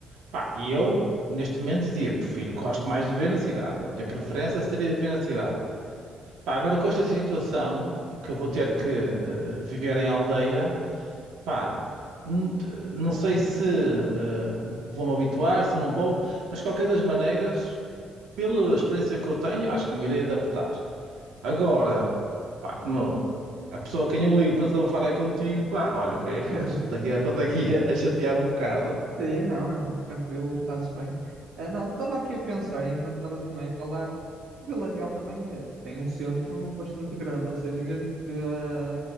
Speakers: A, on the right; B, on the right.
A: Pá, e eu, neste momento, dizia, prefiro, gosto mais de viver na cidade. A minha preferência seria de viver na cidade. Pá, agora com esta situação, que eu vou ter que eh, viver em aldeia, pá, n- t- não sei se eh, vou-me habituar, se não vou, mas de qualquer das maneiras, pela experiência que eu tenho, acho que me irei adaptar. Agora, pá, como eu- a pessoa a quem eu ligo para desabafar é contigo, pá, olha o que é
B: <laughs>
A: que é, estou-te aqui, a- estou-te aqui a, a chatear um bocado.
B: Sim, não, é tranquilo, fazes bem. Ah, não, estava aqui a pensar, enquanto estava também a falar, a Vila Real também ah, tem um centro bastante grande, ou seja, mesmo que ah,